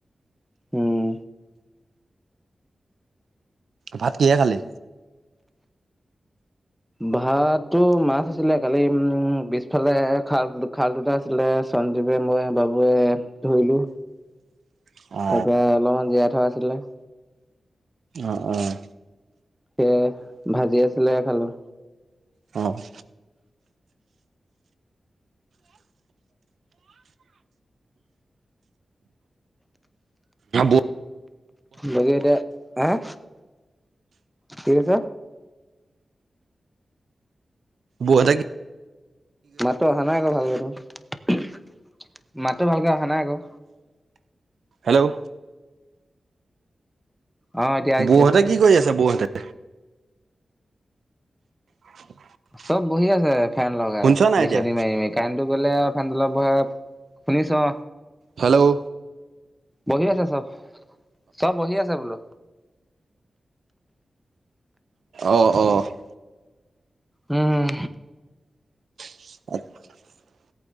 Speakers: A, in the centre; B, on the right.
A: হম।
B: ভাত কিহে খালি?
A: ভাতটো মাছ আছিলে কালি পিছফালে খাল -খাল দুটা আছিলে সঞ্জীৱে, মই, বাবুৱে, ধৰিলো।
B: <inaudible> অ
A: তাৰপৰা অলপমান জীয়াই থোৱা আছিলে।
B: অ' - অ'।
A: সেয়ে, ভাজি আছিলে খালোঁ।
B: অ'। <unintelligible>
A: বাকী এতিয়া আহ কি কৈছ?
B: বোৱা থাকি
A: মাততো অহা নাই আকৌ ভালকে তোৰ মাততো ভালকে আহা নাই আক
B: হেল্ল',
A: অ' এতিয়া আহিছে।
B: বৌহতে কি কৰি আছে বৌহতে? <inaudible>
A: চব বহি আছে ফেন লগাই
B: শুনিছ নাই
A: বিচনি
B: এতিয়া?
A: মাৰি- মাৰি কাৰেণ্টটো গ'লে আৰু ফেনটো তলত বহে। শুনিছ?
B: হেল্ল',
A: বহি আছে চব- চব বহি আছে বোলো।
B: অহ - অহ
A: উম
B: <unintelligible>